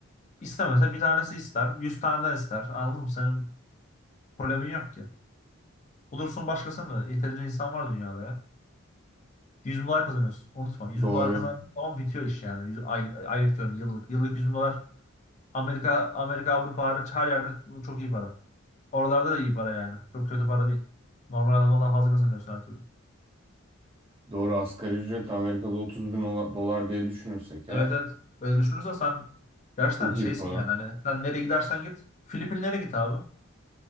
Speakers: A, on the left; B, on the right.
A: istemese bir tanesi ister. yüz taneden ister. Anladın mı? Senin problemin yok ki. Bulursun başkasını. Yeterince insan var dünyada ya. yüz bin dolar kazanıyorsun. Unutma. yüz
B: Doğru.
A: bin dolar kazandığın zaman bitiyor iş yani. Yüz- ay, aylık diyorum yıllık. Yıllık 100 bin dolar. Amerika, Amerika, Avrupa hariç her yerde çok iyi para. Oralarda da iyi para yani. Çok kötü para değil. Normal adamdan daha fazla kazanıyorsun her türlü.
B: Doğru asgari ücret Amerika'da 30 bin ola- dolar diye düşünürsek ya.
A: Evet evet. Böyle düşünürsen sen gerçekten
B: Çok
A: şeysin
B: iyi bir para.
A: yani. Hani sen nereye gidersen git. Filipinlere git abi.